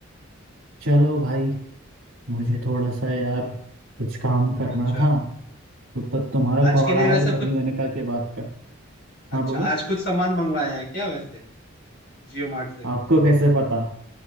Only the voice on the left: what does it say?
अच्छा
आज
के लिए
वैसे
कुछ
अच्छा
आज कुछ सामान मंगवाया है क्या वैसे जियो मार्ट से